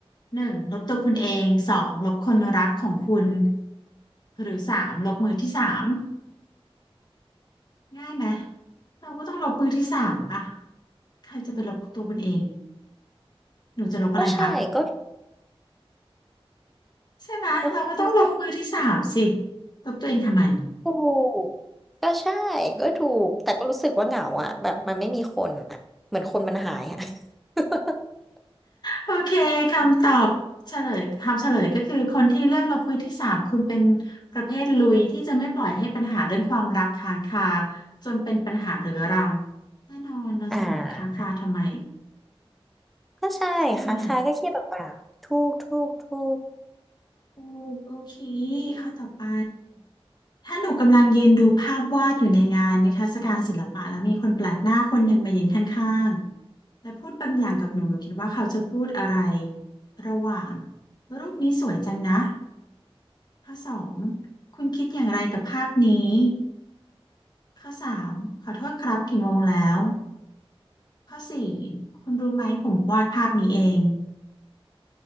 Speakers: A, on the left; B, in the centre.
A: หนึ่งลบตัวคุณเองสองลบคนรักของคุณหรือสามลบมือที่สามง่ายไหมเราก็ต้องลบมือที่สามป่ะใครจะไปลบตัวคุณเองหนูจะลบอะไรคะ
B: ก็ใช่ก็
A: ใช่ไหมเราก็ต้องลบมือที่สามสิ
B: โอ้ยมัน
A: ลบตัวเองทำไม
B: ถูกก็ใช่ก็ถูกแต่ก็รู้สึกว่าเหงาอะแบบมันไม่มีคนอะเหมือนคนมันหายอะ <laughs>
A: โอเคคำตอบเฉลยคำเฉลยก็คือคนที่เลือกลบมือที่สามคุณเป็นประเภทลุยที่จะไม่ปล่อยให้ปัญหาเรื่องความรักค้างคาจนเป็นปัญหาเรื้อรังแน่นอนเราจะปล่อยให้ค้างคาทำไม
B: อ่าก็ใช่ค้างคาก็เครียดเปล่าๆถูกถูกถูก
A: ใช่ไหมถูกโอเคข้อต่อไปถ้าหนูกำลังยืนดูภาพวาดอยู่ในงานนิทรรศการศิลปะแล้วมีคนแปลกหน้าคนหนึ่งมายืนข้างๆแล้วพูดบางอย่างกับหนูหนูคิดว่าเขาจะพูดอะไรระหว่างรูปนี้สวยจังนะ ข้อสองคุณคิดอย่างไรกับภาพนี้ข้อสามขอโทษครับกี่โมงแล้วข้อสี่คุณรู้ไหมผมวาดภาพนี้เอง